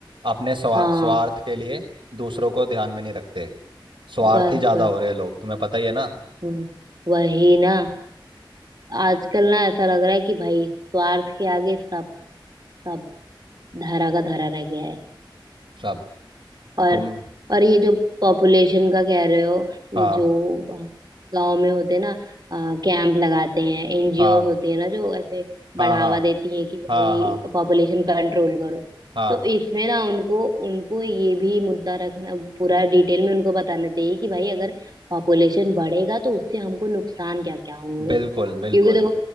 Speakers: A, on the right; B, on the right.
A: अपने स्वा,
B: हाँ
A: स्वार्थ के लिए दूसरों को ध्यान में नहीं रखते स्वार्थी
B: बस
A: ज्यादा
B: बस
A: हो रहे हैं लोग तुम्हें पता ही है ना
B: हम्म, वही ना आजकल ना ऐसा लग रहा है कि भाई स्वार्थ के आगे सब सब धरा का धरा रह गया है
A: सब
B: और
A: तुम
B: और ये जो पॉपुलेशन का कह रहे हो
A: हाँ
B: ये जो गांव में होते हैं ना कैंप लगाते हैं एनजीओ
A: हाँ
B: होती है ना जो ऐसे बढ़ावा
A: हाँ हाँ
B: देती है कि भाई
A: हाँ हाँ
B: पॉपुलेशन कंट्रोल करो
A: हाँ
B: तो इसमें ना उनको उनको ये भी मुद्दा रखना पूरा डिटेल में उनको बताना चाहिए कि भाई अगर पॉपुलेशन बढ़ेगा तो उससे हमको नुकसान क्या क्या होंगे
A: बिल्कुल
B: क्योंकि
A: बिल्कुल
B: देखो